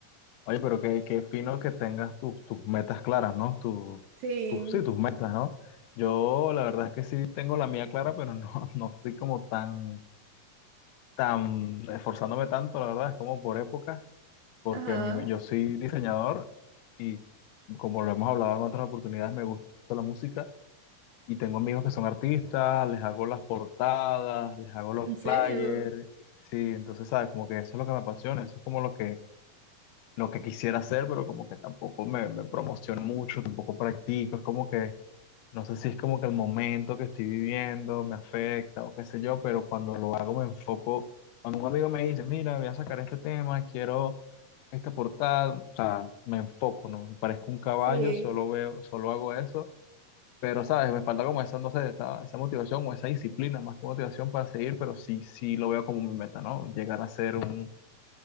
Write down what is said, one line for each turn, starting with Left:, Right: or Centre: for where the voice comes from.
Left: Oye, pero qué, qué fino que tengas tus, tus metas claras, ¿no? Tu,
Right: Sí,
Left: tus, sí, tus metas, ¿no? Yo la verdad es que sí tengo la mía clara, pero no, <laughs> no estoy como tan, tan esforzándome tanto, la verdad, es como por épocas, porque
Right: ajá,
Left: a mí, yo soy diseñador y como lo hemos hablado en otras oportunidades, me gusta la música. Y tengo amigos que son artistas, les hago las portadas, les hago los
Right: en serio.
Left: flyers. Sí, entonces, ¿sabes? Como que eso es lo que me apasiona, eso es como lo que, lo que quisiera hacer, pero como que tampoco me, me promociono mucho, tampoco practico. Es como que, no sé si es como que el momento que estoy viviendo me afecta o qué sé yo, pero cuando lo hago me enfoco. Cuando un amigo me dice, mira, voy a sacar este tema, quiero esta portada, o sea, me enfoco, ¿no? Parezco un caballo,
Right: Sí,
Left: solo veo, solo hago eso pero, ¿sabes? Me falta como esa, no sé, esa, esa motivación o esa disciplina, más que motivación para seguir, pero sí, sí lo veo como mi meta, ¿no? Llegar a ser un,